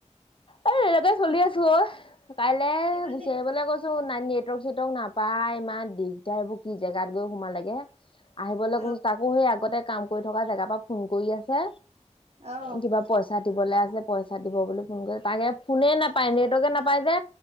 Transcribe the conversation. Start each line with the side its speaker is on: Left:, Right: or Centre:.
Left: এ এনেকে চলি আছো অ' ঐ কাইলৈ
Right: কিমানে
Left: গুচি আহিবলৈ কৈছে। ন নেটৱৰ্ক চেটৱৰ্ক নাপাই ইমান দিগদাৰ এইবোৰ কি জেগাত গৈ সোমালেগে। আহিবলৈ
Right: অ
Left: গৈছো। তাকো সেই আগতে কাম কৰি থকা জেগাৰ পৰা ফোন কৰি আছে।
Right: অ অ
Left: কিবা পইচা দিবলৈ আছে ফোন তাকে ফোনে নাপায় নেটৱৰ্কে নাপায় যে